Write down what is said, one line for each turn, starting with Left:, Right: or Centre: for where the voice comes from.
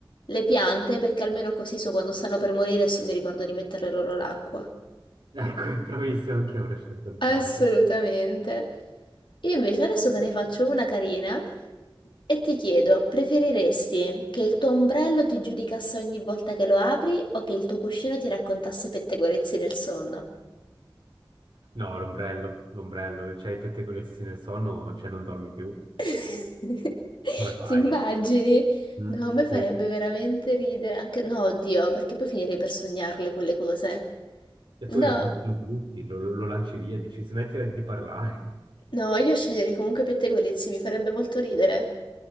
Left: le piante, perché almeno così so quando stanno per morire e so- mi ricordo di mettere loro l'acqua.
Right: Ecco, <laughs> bravissimo, anche io avrei scelto le piante.
Left: Assolutamente. Io invece adesso te ne faccio una carina e ti chiedo, preferiresti che il tuo ombrello ti giudicasse ogni volta che lo apri o che il tuo cuscino ti raccontasse pettegolezzi nel sonno?
Right: No, l'ombrello, l'ombrello, c'hai i pettegolezzi nel sonno, cioè non dormi più.
Left: <laughs>
Right: Come fai?
Left: Ti immagini?
Right: Mm.
Left: No, a me
Right: Sì.
Left: farebbe veramente ridere, anche no, oddio, perché poi finirei per sognarle quelle cose.
Right: E
Left: No,
Right: poi lo, but- lo butti, lo, lo- lo lanci via, dici smettila di parlare. <laughs>
Left: no, io sceglierei comunque pettegolezzi, mi farebbe molto ridere.